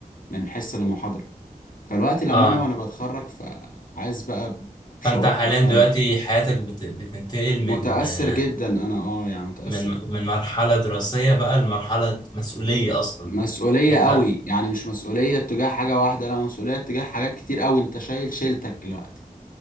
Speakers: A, on the left; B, on the left.
A: من حصة لمحاضرة فالوقت لما
B: اه
A: أنا وأنا بتخرج فعايز بقى بشعور
B: فانت حاليا
A: مختلف
B: دلوقتي حياتك بت... بتنتقل
A: متأثر
B: من آه،
A: جدا أنا أه يعني متأثر
B: من من مرحلة دراسية بقى لمرحلة مسؤولية اصلا
A: مسؤولية
B: بقى. تبدأ
A: قوي يعني مش مسؤولية تجاه حاجة واحدة لا مسؤولية تجاه حاجات كتير قوي أنت شايل شيلتك دلوقتي